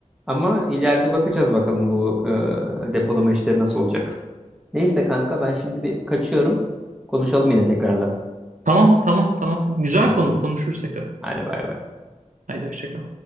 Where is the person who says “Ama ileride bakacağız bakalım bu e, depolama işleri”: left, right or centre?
Centre